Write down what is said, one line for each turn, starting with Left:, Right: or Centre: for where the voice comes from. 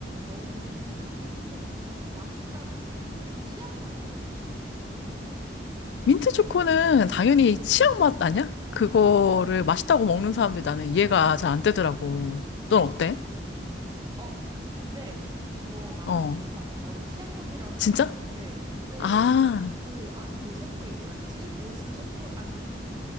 Right: 너는 민트 초코는 맛있다고 생각해? 치약 맛이라고 생각해?
Left: 민트 초코는 당연히 치약 맛 아니야? 그거를 맛있다고 먹는 사람들 이 나는 이해가 잘 안 되더라고.
Right: 음.
Left: 넌 어때?
Right: 어, 근데 이거 나랑
Left: 어,
Right: 비슷하다. 나도 치약 맛이라고 생각하는데,
Left: 진짜?
Right: 근데
Left: 아,
Right: 그, 아, 그 셰프 이름 뭐였지? 모수 셰프? 안,